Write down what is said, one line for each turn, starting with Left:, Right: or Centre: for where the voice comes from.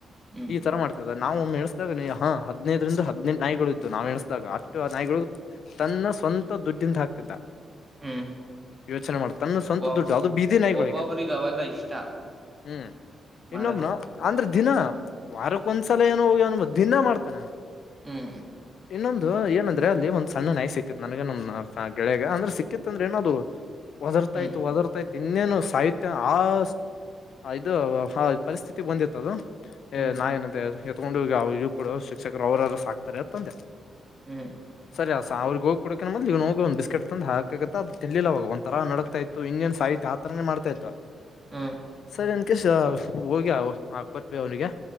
Right: ಹ್ಮ್
Left: ಈ ತರ ಮಾಡ್ತದೆ ನಾವು ಎಣಸ್ದಿದಾಗ ಹಾ ಹದಿನೈದು ರಿಂದ ಹದಿನೆಂಟ್ ನಾಯಿಗಳು ಇದ್ದತ್ತು ನಾ್ ಎಣಸ್ದಾಗ ಅಷ್ಟು ಆ ನಾಯಿಗಳು ತನ್ನ ಸ್ವಂತ. ದ <unintelligible> ತಂದ ಹಾಕತಿದ.
Right: ಹ್ಮ್
Left: ಯೋಚನೆ ಮಾಡ. ತನ್ನ ಸ್ವಂತ
Right: ಒಬ್ಬ
Left: ದುಡ್ಡು ಅದು ಬೀದಿ ನಾಯಿಗಳಗ.
Right: ಒಬ್ಬೊಬ್ರಿಗೆ ಅವೆಲ್ಲ ಇಷ್ಟ
Left: ಹ್ಮ್,
Right: ಮಾಡೋದು
Left: ಇನ್ನೊಬ್ನು ಅಂದ್ರೆ ದಿನ, ವಾರಕ್ಕ ಒಂದ್ಸಲ ಏನೋ ಹೋಗ್ಯಾನು <unintelligible> ದಿನ ಮಾಡ್ತಾನ?
Right: ಹ್ಮ್
Left: ಇನ್ನೊಂದು ಏನಂದ್ರೆ, ಅಲ್ಲಿ ಒಂದು ಸಣ್ಣ ನಾಯಿ ಸಿಕ್ಕಿತು ನಂಗ <unintelligible> ನನ ನಮ್ ಗೆಳೆಯಗ, ಅಂದ್ರೆ ಸಿಕ್ಕಿತ್ಂದ್ರೆ ಏನ ಅದು ಒದರ್ತಾಇತ್ತು
Right: ಹ್ಮ್
Left: ಒದರ್ತಾಯತು ಇನ್ನೇನು ಸಾಯುತ್ತೇ, ಆಷ್ಟ್ ಆ ಇದು ಪರಿಸ್ಥಿತಿಗೆ ಬಂದಿತ್ತು ಅದು.
Right: ಹ್ಮ್
Left: ಏ <unintelligible> ತೊಗೊಂಡ ಹೋಗಿ, ಅವು ಇದು ಕೊಡು ಶಿಕ್ಷಕರು ಅವ್ರಾರ ಸಾಕ್ತಾರೆ ಅತ್ತ ಅಂದೇ.
Right: ಹ್ಮ್
Left: ಸರಿ ಆ ಆವರ್ಗು ಕುಡಕ ಮದ್ <unintelligible> ಇವನ್ ಹೋಗ ಒಂದ ಬಿಸ್ಕೆಟ್ ತಂದು ಹಾಕ್ಲಿಕತ. ಅದು ತಿನ್ಲಿಲ್ಲವಾಗ, ಒಂದ ತರ ನಡಗ್ತಾ ಇತ್ತು, ಇನ್ನೇನ್ ಸಾಯತ್ತೆ ಆತರನೇ ಮಾಡತ ಇತ್ತು..
Right: ಹ್ಮ
Left: ಅ ಇನ್ ಕೆಸ <unintelligible> ಹೋಗ್ಯವು ಹಾಕ್ಕೊಟ್ವಿ ಅವ್ನಿಗೆ.